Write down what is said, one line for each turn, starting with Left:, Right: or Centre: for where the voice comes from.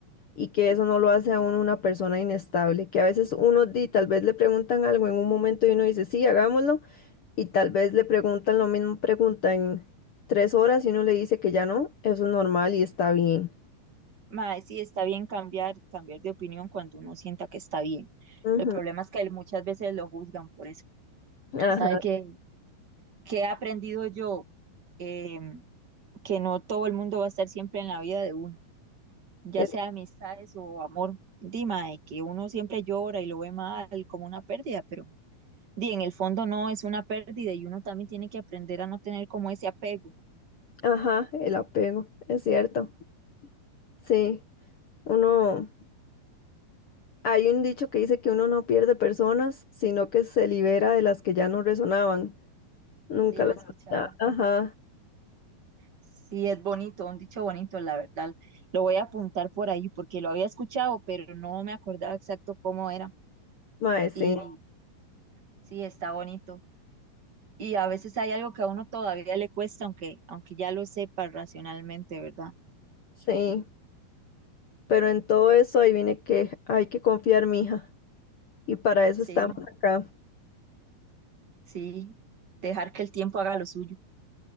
Left: y que eso no lo hace a uno una persona inestable, que a veces uno di, tal vez le preguntan algo en un momento y uno dice, sí, hagámoslo, y tal vez le preguntan lo mismo, preguntan tres horas y uno le dice que ya no, eso es normal y está bien.
Right: Mae, sí, está bien cambiar, cambiar de opinión cuando uno sienta que está bien.
Left: Ujú,
Right: El problema es que muchas veces lo juzgan por eso.
Left: Ajá,
Right: ¿Sabe qué, qué he aprendido yo? Em, que no todo el mundo va a estar siempre en la vida de uno. ya
Left: es-
Right: sea amistades o amor, dima, de que uno siempre llora y lo ve mal como una pérdida, pero di, en el fondo no es una pérdida y uno también tiene que aprender a no tener como ese apego.
Left: ajá, el apego, es cierto. Sí, uno, hay un dicho que dice que uno no pierde personas, sino que se libera de las que ya no resonaban. Nunca
Right: Sí, lo
Left: las...
Right: he escuchado.
Left: Ajá,
Right: Sí, es bonito, un dicho bonito, la verdad. Lo voy a apuntar por ahí porque lo había escuchado, pero no me acordaba exacto cómo era.
Left: mae, sí,
Right: Y sí, está bonito. Y a veces hay algo que a uno todavía le cuesta, aunque, aunque ya lo sepa racionalmente, ¿verdad?
Left: sí. Pero en todo eso, ahí viene que hay que confiar, mija. Y para eso
Right: Sí.
Left: estamos acá.
Right: sí, dejar que el tiempo haga lo suyo.